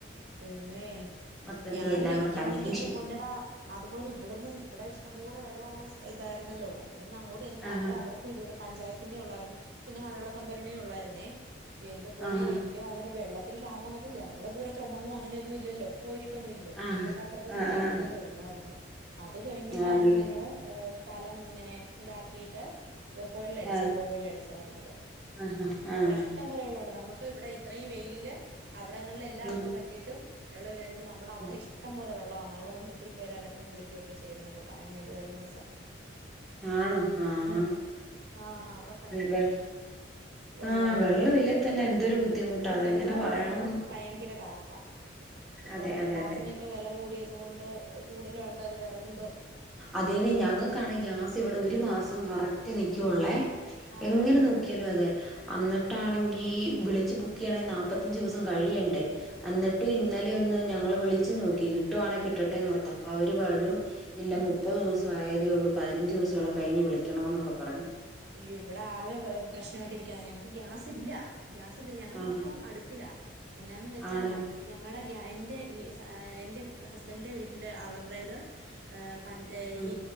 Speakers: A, on the right (about 55°); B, in the centre.
A: അതന്നെ
B: മൊത്തത്തി
A: ഞാനും
B: എല്ലാം
A: എനിക്കാണെങ്കി
B: കൂടെ കൺഫ്യൂഷനായി
A: എൻറെ പൊന്നടാ അതുപോലെ ഇവിടെന്ന് ഇവിടെ ഇഷ് ഇഷ്ടം പോലെ വെള്ളം ഉള്ള സ് ഇതായിരുന്നല്ലോ ഇവിടന്ന് അങ്ങോട്ട് ചെന്നപ്പോ
B: ആഹ്
A: അവടെ അവർക്കും ഇതേപോലെ പഞ്ചായത്തിന്റെ ഉള്ളായിരുന്നു പിന്നെ മഴവെള്ള സംഭരണിയേ ഉള്ളായിരുന്നേ എന്റെ പൊന്നെ
B: ആഹ്
A: എനിക്ക് അന്നേരം വെള്ള ത്തിന് ക്ഷാമം വന്നപ്പോ നമ്മളിതുവരെ ചുമന്നും അങ്ങനെയൊന്നും ഇല്ലല്ലോ കോരി ട്ടൊന്നും ഇല്ലല്ലോ
B: ആഹ്
A: തൊട്ടപ്പുറത്തൂന്നൊക്കെ
B: ആഹ് ആഹ്
A: എടുക്കേണ്ടി വന്നായിരുന്നു അത് കഴിഞ്ഞിട്ടാണ്
B: ആണല്ലേ
A: നമ്മള് ഏ സ്ഥലം ഇങ്ങനെ ഇതാക്കിയിട്ട് കൊ കൊഴലടിച്ചത്
B: ആഹ്
A: അടിച്ചായിരുന്നല്ലോ
B: ആഹ്
A: <unintelligible>
B: ആഹ്
A: അവിടെ ഇഷ്ടംപോലെ വെള്ളമുണ്ട് നമുക്ക് ഇവിടെ ഇത്രയും വെയിലില് അവിടങ്ങളില് എല്ലായിട
B: ഉം
A: പറ്റിയിട്ടും വെള്ളമില്ലാഞ്ഞത് നമ്മളവിടെ
B: ഉം
A: ഇഷ്ടം പോലെ വെള്ളവാ അവിടെ വന്ന് ഒത്തിരി പേര് അലക്കുവും കുളിക്കുവും ഒക്കെ ചെയ്തെന്നൊക്കെ പറയുന്ന കേട്ട് കഴിഞ്ഞ ദിവസം
B: ആണോ ആഹ്
A: ഉം ആഹ് അവിടെ ഭയങ്ക
B: വെ
A: വെള്ളം
B: ആഹ്
A: എടുക്കും
B: ഇല്ലേ
A: ഉം
B: തന്നെ എന്തൊരു ബുദ്ധിമുട്ടാ
A: സത്യത്തിൽ
B: അതെങ്ങനെ
A: വെള്ളവും
B: പറയണോന്ന്
A: വെറകും ഭയങ്കര ടാസ് ക്കാ ഇപ്പം
B: അതെ
A: ഗ്യാസിനൊക്കെ
B: അതെ അതെ
A: വില കൂടിയത് കൊണ്ട് കൂടുതലും ആൾക്കാര് വിറകിന്റെ
B: അതേന്നേ ഞങ്ങൾക്കാണ് ഗ്യാസ് ഇവിടെ ഒരു മാസം കറക്റ്റ് നിൽക്കുവൊള്ളേ
A: ആഹ്
B: എങ്ങനെ നോക്കിയാലും അതെ അന്നിട്ടാണെങ്കി ഈ വിളിച്ച് ബുക്ക് ചെയ്യണേൽ നാല്പ്പത്തഞ്ച് ദിവസം കഴിയണ്ടേ അന്നിട്ടും ഇന്നലെ ഒന്ന് ഞങ്ങള് വിളിച്ച് നോക്കി കിട്ടുവാണെ കിട്ടട്ടേന്ന് ഓർത്ത് അപ്പൊ അവര് പറഞ്ഞു ഇല്ല
A: ഉം
B: മുപ്പത് ദിവസം ആയേ തേ ഉള്ളൂ പതിനഞ്ച് ദിവസോടെ കഴിഞ്ഞ് വിളിക്കണം എന്നൊക്കെ പറഞ്ഞ്
A: ഇവിടെ ആകെ പ്രശ്ണായിട്ടിരിക്കാ ഞങ്ങക്ക് ഗ്യാസ് ഇല്ലാ ഗ്യാസ് തീർന്ന് ഞങ്ങള്
B: ആഹാ
A: മൊത്തം അടുപ്പിലാ എന്നാന്ന് വെച്ചാൽ
B: ആണല്ലേ
A: ഞ ഞങ്ങടെ എന്റെ വീ എന്റെ ഹസ്ബൻഡിന്റെ വീട്ടിന്റെ അവരുടേത് പണ്ടേ
B: ഉം
A: ഈ